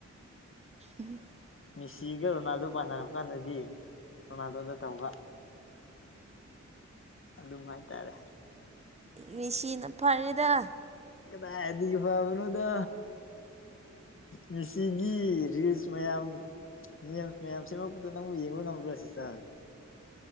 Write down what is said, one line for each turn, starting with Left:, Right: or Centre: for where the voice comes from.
Right: ꯎꯝ
Left: ꯃꯤꯁꯤꯒ ꯔꯣꯅꯥꯜꯗꯣ ꯄꯥꯟꯅꯔꯛꯄ ꯀꯥꯟꯗꯗꯤ ꯔꯣꯅꯥꯜꯗꯣꯗ ꯇꯧꯕ ꯑꯗꯨꯝ ꯍꯥꯏꯇꯥꯔꯦ
Right: ꯃꯤꯁꯤꯅ ꯐꯔꯦꯗ
Left: ꯀꯗꯥꯏꯗꯒꯤ ꯐꯥꯕꯅꯣꯗ ꯃꯤꯁꯤꯒꯤ ꯔꯤꯜꯁ ꯃꯌꯥꯝ ꯃꯦꯝꯁ ꯃꯌꯥꯝ ꯁꯦꯝꯃꯛꯄꯗꯣ ꯅꯪꯕꯨ ꯌꯦꯡꯕ ꯉꯝꯕ꯭ꯔꯣ ꯁꯤꯁꯇꯔ